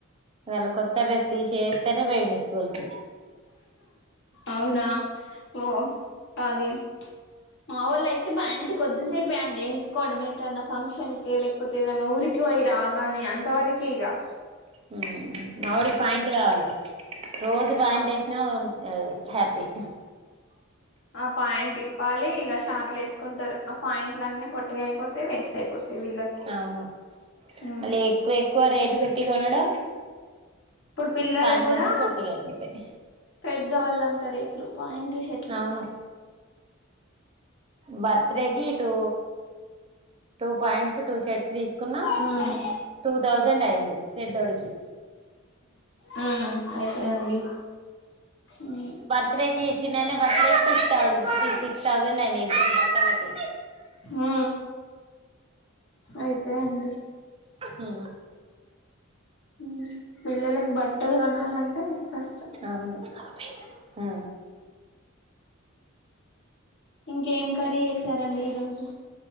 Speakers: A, on the right (about 30°); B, on the left (about 60°).
A: ఇవళ్ళ కొత్త డ్రెస్ తీసేస్తానే పోయిండు స్కూల్ కి
B: అవునా ఓ అది మా వాళ్ళ అయితే మా వొళ్ళు ఐతే కొద్దిసేపేండి వేసుకోవడం ఏంటన్నా ఫంక్షన్ కి లేక్ పోతేదానా ఊరికి పోయి రాగానే అంతవరకు ఇక
A: ఊ మావోడికి పాయింట్లు కావాలి రోజు పాయింట్లు
B: అప్
A: వేసి నోన్ ఆ హ్యాపీ
B: ఆ పాయింట్ ఇప్పాలి ఇక షార్ట్లు వేసుకుంటారు ఆ పాయింట్లన్ని పోటీ అయిపోతయ్ వేస్ట్ అయిపోతయ్ వీళ్ళకు
A: అవును
B: ఊ
A: మళ్ళీ ఎక్కువ ఎక్కువ రేటు పెట్టి కొనడం
B: ఇప్పుడు పిల్లలకు
A: పాయింట్ల
B: కూడా
A: అన్ని పొట్టిగా అయిపోతాయి
B: పెద్ద వాళ్ళంతా రేట్లు పాయింట్ షెట్లు
A: అవును బర్త్డే గీటు టూ పాయింట్స్ టూ షర్ట్స్ తీసుకున్న
B: మ్మ్
A: టూ థౌజండ్ అయింది పెద్దోడికి
B: ఆ ఆ అయితయ్ అండి ఆ
A: బర్త్ డే కి చిన్నయినా బర్తేకి సి సిక్స్ థౌసండ్ అయిన ఇద్దరు బట్టలకి
B: ఆ అయితయ్ అండి
A: ఊ
B: ఊ పిల్లలకు బట్టలు కొనాలంటే కష్టం
A: అవును ఆ ఆ
B: ఇంకేం కర్రీ చేసారండి ఈ రోజు